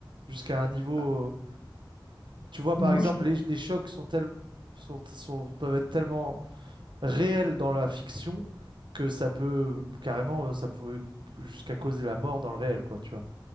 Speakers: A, on the right; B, on the left.
A: jusqu'à un niveau...
B: Ah,
A: euh, Tu vois, par exemple,
B: Moi, je, pe-
A: les, les chocs sont tels- sont, sont- peuvent être tellement réel dans la fiction que ça peut carrément, euh, ça pouvait jusqu'à causer la mort dans le réel, quoi, tu vois.